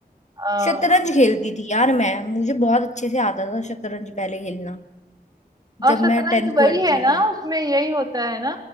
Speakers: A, on the right; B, on the left.
A: हाँ
B: शतरंज खेलती थी यार मैं मुझे बहुत अच्छे से आता था शतरंज पहले खेलना
A: और
B: जब
A: शतरंज
B: मैं टेंथ
A: वही
B: ट्वेल्थ
A: है
B: में
A: ना
B: थी
A: उसमें यही होता है ना